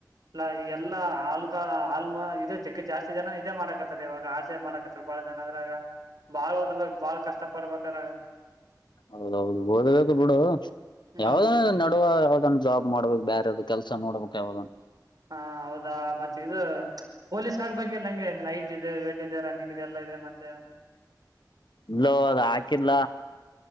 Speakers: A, on the right; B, on the left.
A: ಇಲ್ಲ ಎಲ್ಲಾ ಆಳ್ ಕಾಲ ಆ <inaudible> ಜಾಸ್ತಿ ಜನನ್ ಇದೇ ಮಾಡಾಕತ್ತರ್ ಇವಾಗ ಆಡಚೆ ಮಾಡಕತ್ತರ್ ಬಾಳ ಜನ ಅದ್ರಾಗ ಬಾಳ್ ಓದ್ಬೇಕಕ್ ಬಾಳ್ ಕಷ್ಟ ಪಡ್ಬೇಕು ತರ
B: ಹೌದೌದು ಹೋದಬೇಕ ಬಿಡ
A: ಹ್ಮ್
B: ಯಾವ್ದ ನಡುವ ಯಾವ್ದ ಜಾಬ್ ಮಾಡ್ಬೇಕಕ್ ಬೇಾರಾರ ಕೆಲಸ ನೋಡ್ಬೇಕಕ್ ಯಾವಾಗ
A: ಹಾ ಹೌದಾ ಮತ್ತೆ ಇದು ಪೊಲೀಸ್ ಆಗ್ಬೇಕಿಲ್ಲಂಗೆ ನೈಟ್ ಇದೆ ವೇಟ್ ಇದೆ ರನ್ನಿಂಗ್ ಇದೆ ಎಲ್ಲ ಇದೆ ಮತ್ತೆ
B: ಇಲ್ಲೋ ಅದು ಹಾಕಿಲ್ಲ